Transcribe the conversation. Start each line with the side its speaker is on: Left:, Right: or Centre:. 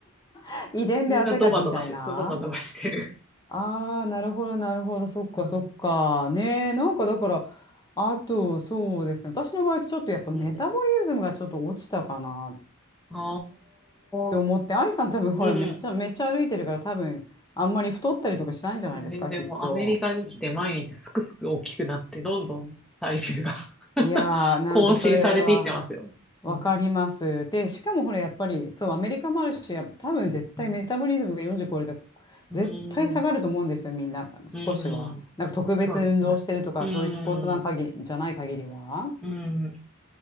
Left: <laughs> 遺伝で汗かきみたいな。
Centre: <laughs> みんなドバドバして、そのドバドバしてる。
Left: ああ、なるほど、なるほど。そっか、
Centre: うん。
Left: そっか。ねえ、なんかだから、あと、そうですね。私の場合、ちょっとやっぱメタボリズムがちょっと落ちたかなっ
Centre: うん。あ
Left: て思って、
Centre: あ、
Left: 愛さん多分、ほら、
Centre: うん。
Left: めっちゃ、めっちゃ歩いてるから、多分、あんまり太ったりとかしないんじゃないですか、
Centre: 全然もうアメリカに来て毎日すくすく大きくなって、
Left: きっと。
Centre: どんどん体重が <laughs>
Left: いやー、なんかそれは
Centre: 更新されていってますよ。
Left: わかります。
Centre: うん。
Left: で、しかもほら、やっぱり、そう、アメリカもあるし、やっぱ多分絶対メタボリズムが40超えると、
Centre: うん。うーん。
Left: 絶対下がると思うんですよ、みんな、少しは。
Centre: うん
Left: なんか特別運動してるとか、
Centre: そうですね。うーん。
Left: そういうスポーツマン限りじゃない限りは。
Centre: うーん。